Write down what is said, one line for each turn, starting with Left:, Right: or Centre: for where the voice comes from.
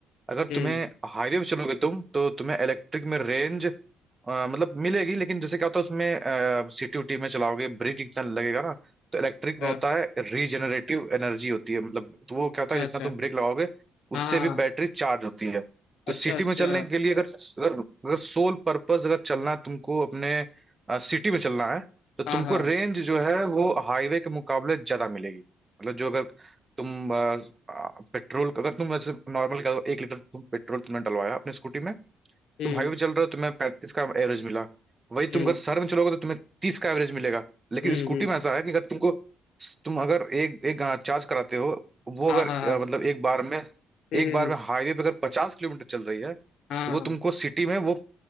Right: अगर
Left: हम्म
Right: तुम्हें हाईवे पे चलोगे तुम तो तुम्हें इलेक्ट्रिक में रेंज अ, मतलब मिलेगी लेकिन जैसे क्या होता है उसमें सिटी उटी में चलाओगे ब्रिज इतना लगेगा ना तो इलेक्ट्रिक
Left: अ,
Right: में होता है रीजनरेटिव एनर्जी होती है मतलब तो वो क्या
Left: अच्छा
Right: होता है जितना
Left: अच्छा
Right: तुम ब्रेक लगाओगे उससे
Left: हाँ हाँ
Right: भी बैटरी चार्ज होती है
Left: अच्छा
Right: तो सिटी
Left: अच्छा
Right: में चलने के लिए अगर अगर, अगर सोल पर्पस अगर चलना है तुमको अपने सिटी में चलना है तो तुमको
Left: हाँ हाँ
Right: रेंज जो है वो हाईवे के मुकाबले ज्यादा मिलेगी मतलब जो अगर तुम पेट्रोल अगर तुम वैसे नॉर्मल एक लीटर तुम पेट्रोल तुमने डलवाया अपने स्कूटी में
Left: हम्म
Right: तुम हाईवे चल रहे हो तुम्हें पैंतीस का एवरेज मिला वही
Left: हम्म
Right: तुम अगर शहर में चलोगे तो तुम्हें तीस का एवरेज मिलेगा लेकिन
Left: हम्म
Right: स्कूटी
Left: हम्म
Right: में ऐसा है कि अगर तुमको तुम अगर एक एक चार्ज कराते हो वो
Left: हाँ
Right: अगर
Left: हाँ हाँ
Right: अ, मतलब एक बार में
Left: हम्म
Right: एक बार
Left: हम्म,
Right: में हाईवे पे अगर पचास किलोमीटर चल रही है
Left: हाँ
Right: तो वो
Left: हाँ
Right: तुमको सिटी में वो